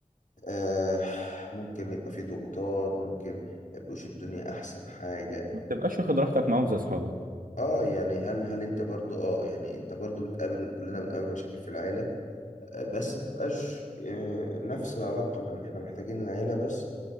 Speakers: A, on the left (about 65°); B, on the right (about 80°).
A: آه، ممكن يبقى في ضغوطات ممكن ما يبقوش الدنيا احسن حاجه
B: بتبقاش واخد راحتك معاهم زي اصحابك
A: اه يعني هل هل انت برضو اه يعني انت برضو بتقابل كلنا بنقابل مشاكل في العيلة آه، بس ما بتبقاش آه، نفس العلاقة اللي احنا محتاجين العيلة بس